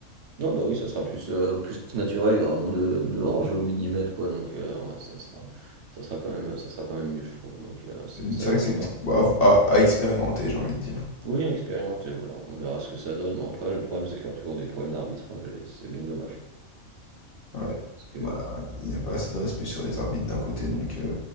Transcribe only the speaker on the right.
Non, bah oui, ça sera plus, euh, plus naturel, il y aura moins de, de hors-jeu au millimètre, quoi. Donc, euh, ouais, ça sera, ça sera quand même, ça sera quand même mieux, je trouve. Donc, euh, c'est- ça
va
être
sympa.
Oui, à expérimenter, voilà. On verra ce que ça donne. Mais après, le problème, c'est qu'il y aura toujours des problèmes d'arbitrage, et c'est bien dommage.
Parce que,